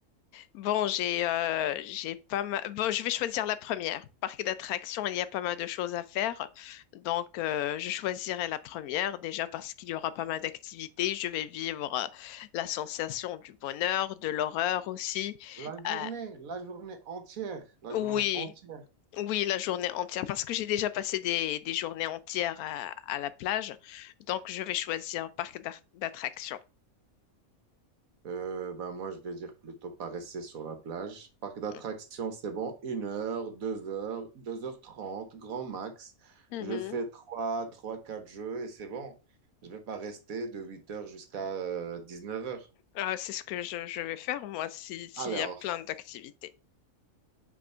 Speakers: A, on the left; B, on the right.
A: bon, j'ai euh, j'ai pas mal. Bon, je vais choisir la première. Parc d'attractions, il y a pas mal de choses à faire. Donc, euh, je choisirai la première déjà parce qu'il y aura pas mal d'activités. Je vais vivre euh, la sensation du bonheur, de l'horreur aussi.
B: La journée,
A: Euh,
B: la journée entière, la journée
A: oui.
B: entière.
A: Oui, la journée entière, parce que j'ai déjà passé des, des journées entières à, à la plage, donc je vais choisir un parc d'ar- d'attractions.
B: Euh, ben moi, je vais dire plutôt pas rester sur la plage. Parc d'attractions,
A: Mm.
B: c'est bon. Une heure, deux heures, deux heures trente, grand max.
A: Mhm.
B: Je fais trois, trois, quatre jeux et c'est bon. Je vais pas rester de 8 heures jusqu'à euh, neuf heures.
A: Ah, c'est ce que je, je vais faire, moi, si, s'il
B: Alors,
A: y a plein d'activités.